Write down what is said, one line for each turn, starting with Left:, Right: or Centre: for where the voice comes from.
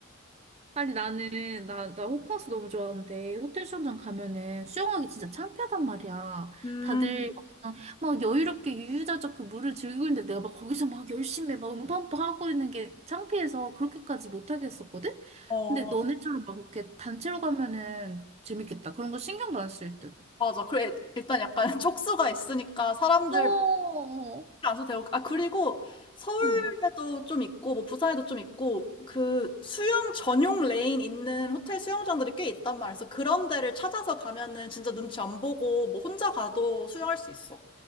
Right: 아니 나는 나 나 호캉스 너무 좋아하는데 호텔 수영장 가면은 수영하기 진짜 창피하단 말이야.
Left: 음,
Right: 다들 막 그냥 막 여유롭게 유유자적 그 물을 즐기고 있는데 내가 막 거기서 막 열심히 막 음파음파 하고 있는 게 창피해서 그렇게까지 못 하겠었거든.
Left: 어,
Right: 근데 너네처럼 막 그렇게 단체로 가면은 재밌겠다. 그런 거 신경도 안 쓸 듯.
Left: 맞아. 그래 일단 약간 <laughs> 쪽수가 있으니까 사람들
Right: 어,
Left: 안도 되고 아 그리고 서울에도
Right: 음,
Left: 좀 있고 뭐 부산에도 좀 있고 그 수영 전용 레인 있는 호텔 수영장들이 꽤 있단 말이야. 그래서 그런 데를 찾아서 가면은 진짜 눈치 안 보고 뭐 혼자 가도 수영할 수 있어.